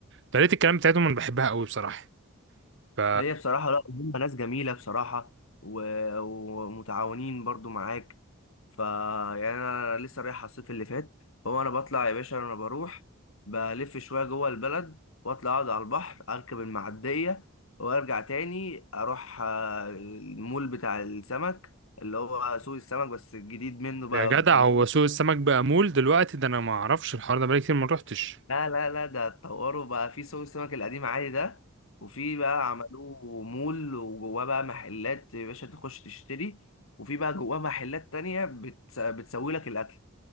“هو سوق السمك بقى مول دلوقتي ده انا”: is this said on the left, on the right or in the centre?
Right